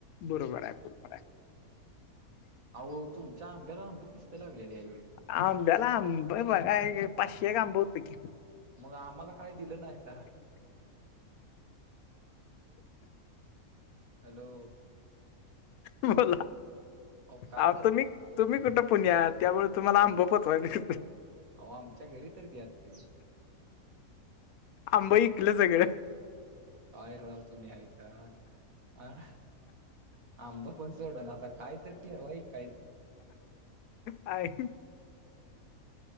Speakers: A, on the left; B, on the right.
A: बरोबर आय, बरोबर आय.
B: अहो तुमच्या आंब्याला आंबं किस्त लागल्या यावेेळी.
A: आंब्याला आंब बघाय पाचशे एक होतं की.
B: मग आम्हाला काय दिलं नायसा. हॅलो.
A: बोला
B: अहो काय
A: आव
B: झालंय?
A: तुम्ही. तुम्ही कुठं पुण्यात त्यामुळे तुम्हाला आंब पोहोचवायचं कसं.
B: आहो आमच्या घरी तर द्याचं.
A: आंबा इकल सगळं.
B: काय राव तुम्ही हायसा, आ आ आंबा पण सोडणासा. आता काय तरी ठेवा ईकायचं.
A: काय.